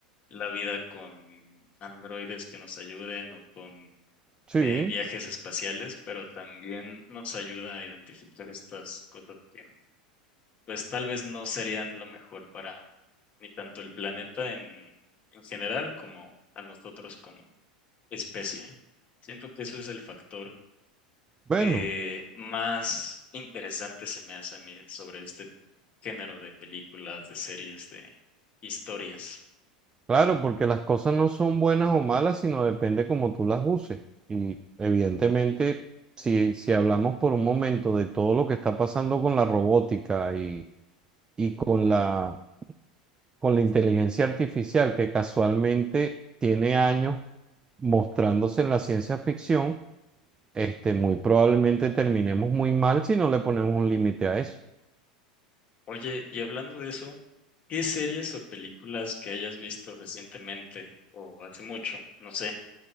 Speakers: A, on the left (about 35°); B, on the right (about 20°).
A: la vida con androides que nos ayuden o con
B: Sí,
A: eh, viajes espaciales, pero también nos ayuda a identificar estas cosas que pues tal vez no serían lo mejor para ni tanto el planeta en, en general como a nosotros como especie. Siento que eso es el factor
B: bueno,
A: que más interesante se me hace a mí sobre este género de películas, de series, de historias.
B: claro, porque las cosas no son buenas o malas, sino depende cómo tú las uses. Y evidentemente, si, si hablamos por un momento de todo lo que está pasando con la robótica y, y con la, con la inteligencia artificial, que casualmente tiene años mostrándose en la ciencia ficción, este, muy probablemente terminemos muy mal si no le ponemos un límite a eso.
A: Oye, y hablando de eso, ¿qué series o películas que hayas visto recientemente o hace mucho, no sé,